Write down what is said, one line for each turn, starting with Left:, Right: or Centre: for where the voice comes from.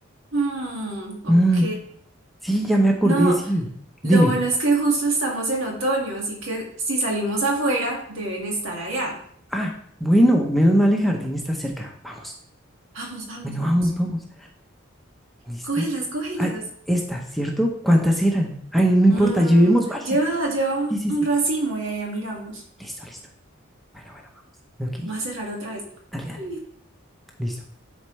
Right: Mm, ok.
Centre: Mm, sí, ya me acordé,
Right: No,
Centre: sí.
Right: lo
Centre: Dime.
Right: bueno es que justo estamos en otoño, así que si salimos afuera, deben estar allá.
Centre: Ah, bueno, menos mal el jardín está cerca. Vamos,
Right: Vamos, vamos,
Centre: bueno,
Right: vamos.
Centre: vamos, vamos. ¿Listo?
Right: Cógelas, cógelas.
Centre: Ay, esta, ¿cierto? ¿Cuántas eran? Ay, no importa,
Right: Mm,
Centre: llevemos varias.
Right: lleva, lleva un,
Centre: Sí, sí,
Right: un
Centre: sí.
Right: racimo y allá miramos.
Centre: Listo, listo. Bueno, bueno, vamos. Ok,
Right: Va a cerrar otra vez.
Centre: dale, dale.
Right: Y-
Centre: Listo.